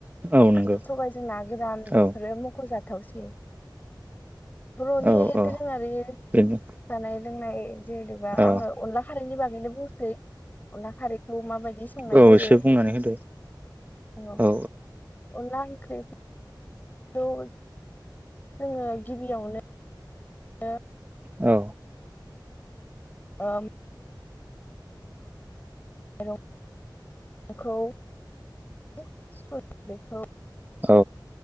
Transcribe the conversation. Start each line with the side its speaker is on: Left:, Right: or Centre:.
Right: औ
Left: ओंख्रि
Right: नंगौ
Left: सबायजोंना गोरान बेफोरो
Right: औ
Left: मख'जा थावसिन। बर'नि
Right: औ औ
Left: दोरोङारि
Right: बेनो
Left: जानाय लोंनाय जेनेबा
Right: औ
Left: आङो अनला खारै नि बागैनो बुंसै अनला खारि खौ माबायदि संनाय
Right: औ
Left: जायो।
Right: एसे बुंनानै होदो
Left: <unintelligible>
Right: औ
Left: अनला ओंख्रि खौ जोङो गिबियावनो नो
Right: औ।
Left: ओम <unintelligible>
Right: औ।